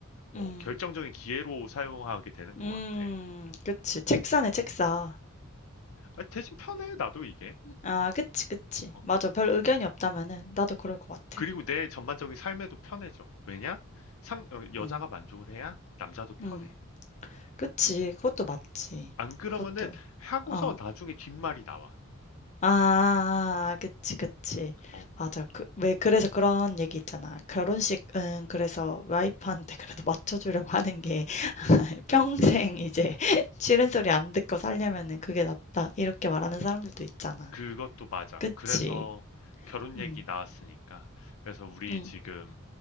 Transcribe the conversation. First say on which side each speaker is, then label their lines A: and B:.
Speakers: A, on the left (about 75°); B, on the left (about 35°).
A: 어,
B: 음.
A: 결정적인 기회로 사용하게 되는 것
B: 음.
A: 같아.
B: 그치. 책사네 책사.
A: 아, 대신 편해 나도 이게.
B: 아, 그치, 그치.
A: 어, 어,
B: 맞아. 별 의견이 없다면은 나도 그럴 것 같아.
A: 그리고 내 전반적인 삶에도 편해져. 왜냐? 상, 어, 여자가
B: 어,
A: 만족을 해야 남자도 편해.
B: 음, 그치. 그것도 맞지.
A: 안 그러면은
B: 그것도,
A: 하고서
B: 어,
A: 나중에 뒷말이 나와.
B: 아, 그치, 그치.
A: 어,
B: 맞아. 그, 왜 그래서 그런 얘기 있잖아. 결혼식은 그래서 와이프한테 그래도 <laughs> 맞춰주려고 하는 게 <laughs> 평생 이제 <laughs> 싫은 소리 안 듣고 살려면은 그게 낫다. 이렇게 말하는 사람들도 있잖아.
A: 그것도 맞아.
B: 그치.
A: 그래서 결혼 얘기
B: 음,
A: 나왔으니까. 그래서 우리
B: 음,
A: 지금